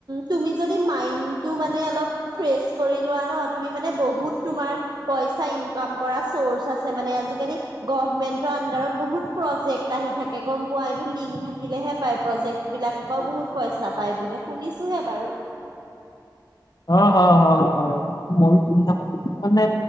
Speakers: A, on the right; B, on the left.
A: তুমি যদি মাইণ্ডটো মানে অলপ ফ্ৰেছ কৰি লোৱা ন' তুমি মানে বহুত তোমাৰ পইচা ইনকাম কৰা চৰ্চ আছে মানে, আজিকালি গভমেন্টৰ আণ্ডাৰত বহুত প্ৰজেক্ট আহি থাকে গম পোৱা, এইবোৰ লিংক থাকিলেহে পাই প্ৰজেক্ট বিলাকৰ পৰাও বহুত পইচা পায়, বোলে শুনিছোহে বাৰু।
B: অ', হয়, হয়, হয়, ময়ো শুনি থাকো কিন্তু মানে